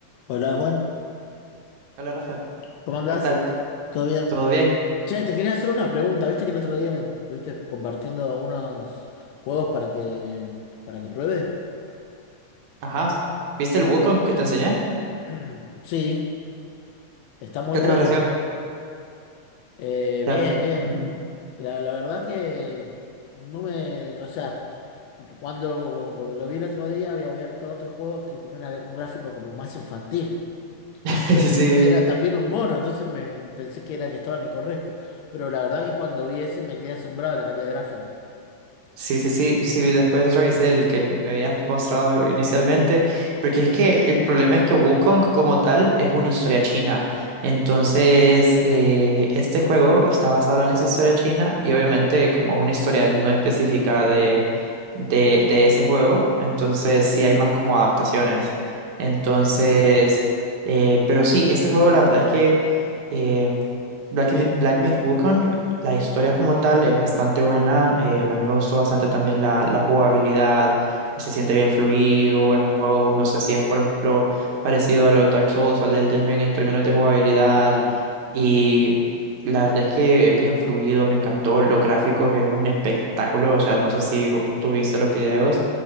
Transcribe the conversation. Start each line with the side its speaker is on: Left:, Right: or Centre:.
Left: Hola Juan,
Right: Hola Rafael,
Left: ¿cómo andás?
Right: ¿qué tal?
Left: ¿Todo bien?
Right: ¿Todo bien?
Left: Che, te quería hacer una pregunta. Viste que el otro día me estuviste compartiendo unos juegos para que para que pruebe.
Right: Ajá. ¿Viste el Wukong que te enseñé?
Left: <clears throat> Sí, está muy
Right: ¿Qué
Left: bueno.
Right: te pareció?
Left: Eh, bien,
Right: La verdad-
Left: bien.
Right: Ujú.
Left: La, la verdad que no me, o sea, cuando lo, lo vi el otro día había abierto otro juego que tenía una- un gráfico como más infantil,
Right: <laughs>
Left: pero y,
Right: Sí,
Left: y era también un mono, entonces me pensé que era que estaba en el correcto, pero la verdad que cuando vi ese me quedé asombrado de la calidad gráfica.
Right: Sí, sí, sí, sí, después revisé el que me habías mostrado inicialmente, porque es que el problema es que Wukong como tal es una historia china, entonces eh, este juego está basado en esa historia china y obviamente como es una historia no específica de, de, de ese juego, entonces sí hay más como adaptaciones, entonces,
Left: Entiendo.
Right: eh, pero sí, este juego la verdad es que eh, Black, Mi- Black Myth Wukong la historia como tal es bastante buena. eh, a mí me gustó bastante también la, la jugabilidad. Se siente bien fluido. Es un juego, no sé si es, por ejemplo, parecido a los Dark Souls, al Elden Ring en términos de jugabilidad.
Left: Sí,
Right: Y la verdad es que es bien fluido. Me encantó. Los gráficos es un espectáculo. O sea, no sé si tuviste los videos.